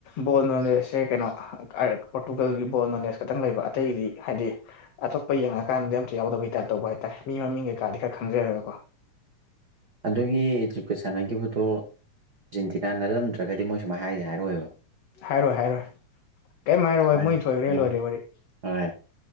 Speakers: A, on the left; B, on the right.
A: ꯕꯣꯜ ꯅꯣꯂꯦꯖꯁꯦ ꯀꯩꯅꯣ ꯄꯣꯔꯇꯨꯒꯜꯒꯤ ꯕꯣꯜ ꯅꯣꯂꯦꯖ ꯈꯛꯇꯪ ꯂꯩꯕ ꯑꯇꯩꯒꯤꯗꯤ ꯍꯥꯏꯗꯤ ꯑꯇꯣꯞꯄ ꯌꯦꯡꯉꯑꯀꯥꯟꯗꯗꯤ ꯑꯝꯁꯨ ꯌꯥꯎꯗꯕꯩ ꯇꯥꯏꯞ ꯇꯧꯕ ꯍꯥꯏꯇꯥꯔꯦ ꯃꯤ ꯃꯃꯤꯡ ꯀꯩꯀꯥꯗꯤ ꯈꯔ ꯈꯪꯖꯔꯦꯀꯣ
B: ꯑꯗꯨꯒꯤ ꯏꯖꯨꯀ ꯁꯥꯟꯅꯈꯤꯕꯗꯨꯖꯦꯟꯇꯤꯅꯥ ꯅꯠꯜꯂꯝꯗ꯭ꯔꯒꯗꯤ ꯃꯣꯏ ꯁꯨꯝꯥꯏ ꯍꯥꯏꯁꯦ ꯍꯥꯏꯔꯣꯏꯑꯕ
A: ꯍꯥꯏꯔꯣꯏ ꯍꯥꯏꯔꯣꯏ ꯀꯩꯝ ꯍꯥꯏꯔꯣ ꯍꯣꯏ
B: ꯃꯥꯅꯤ
A: ꯃꯣꯏ ꯊꯣꯏꯈ꯭ꯔꯦ
B: ꯎꯝ
A: ꯂꯣꯏꯔꯦ ꯋꯥꯔꯤ
B: ꯍꯣꯏ